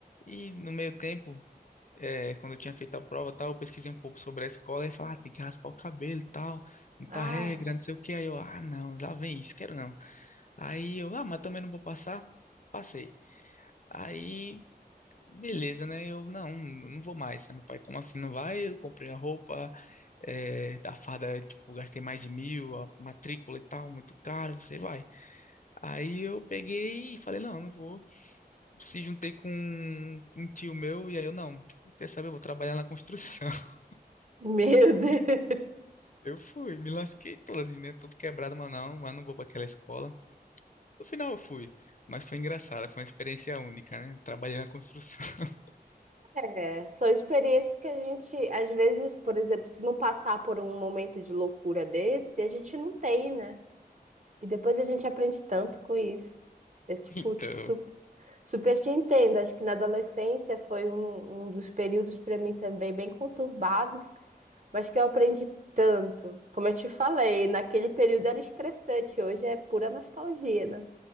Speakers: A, on the left; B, on the right.
A: e no meio tempo, eh, quando eu tinha feito a prova, tal, eu pesquisei um pouco sobre a escola, e falei, ah, tem que raspar o cabelo, e tal, muita
B: ah,
A: regra, não sei o que. Aí eu, ah, não, lá vem isso, quero não. Aí eu, ah, mas também não vou passar. Passei. Aí, beleza, né? Eu, não, não vou mais. Aí meu pai, como assim não vai? Eu comprei a roupa, é, a farda, tipo, gastei mais de mil, a matrícula e tal, muito caro, você vai. Aí eu peguei e falei, não, não vou. Se juntei com um um tio meu, e aí eu, não, quer saber, eu vou trabalhar na construção. <laughs>
B: <laughs> meu Deus.
A: Eu fui, me lasquei todo assim, né? Tudo quebrado, mas não, mas não vou pra aquela escola. No final eu fui, mas foi engraçado, foi uma experiência única, né? Trabalhei na construção. <laughs>
B: É, são experiências que a gente, às vezes, por exemplo, se não passar por um momento de loucura desse, a gente não tem, né? E depois a gente aprende tanto com isso. É tipo,
A: Então,
B: te su- super, te entendo. Acho que na adolescência foi um, um dos períodos para mim também bem conturbados, mas que eu aprendi tanto. Como eu te falei, naquele período era estressante, hoje é pura nostalgia, né?